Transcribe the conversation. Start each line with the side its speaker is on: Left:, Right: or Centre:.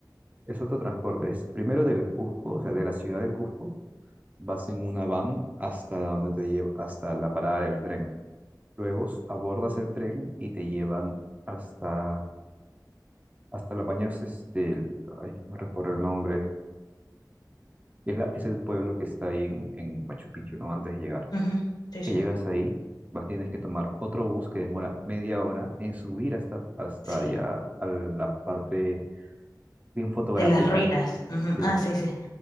Right: Es otro transporte. Es primero del Cusco, o sea, de la ciudad del Cusco, vas en una van hasta donde te lleva, hasta la parada del tren. Luego s- abordas el tren y te llevan hasta, hasta los baños, este, ay, no recuerdo el nombre. Es la, es el pueblo que está ahí en, en Machu Picchu, ¿no? Antes de llegar.
Left: Ujú. Sí, sí.
Right: que llegas ahí, vas, tienes que tomar otro bus que demora media hora en subir hasta, hasta
Left: Sí,
Right: allá a la parte bien fotográfica,
Left: de las ruinas. Ujú.
Right: sí,
Left: Ah, sí, sí.